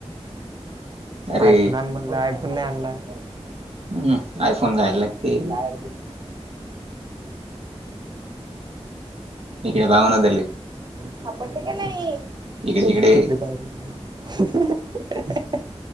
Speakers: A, on the right (about 65°); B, on the right (about 40°).
A: अरे
B: आयफोन आण म्हणला आयफोन नाही आणलाय
A: हम्म आयफोन घ्यायला लागते
B: काय
A: इकडे पाहाव ना त्याले
B: <unintelligible> आपण ते का नाही
A: इकडे इकडे
B: तिकडे पारे <unintelligible>